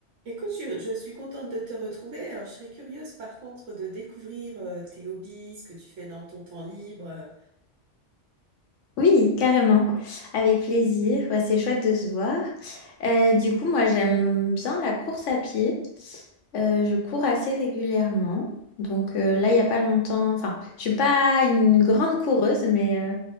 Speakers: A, on the right; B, on the left.
A: Écoute, je, je suis contente de te retrouver. Alors, je serais curieuse par contre de découvrir euh, tes hobbies, ce que tu fais dans ton temps libre.
B: Oui, carrément. Avec plaisir. Ouais, c'est chouette de se voir. Euh, du coup, moi, j'aime bien la course à pied. Euh, je cours assez régulièrement. Donc euh, là, il n'y a pas longtemps. Enfin, je suis pas une grande coureuse, mais euh,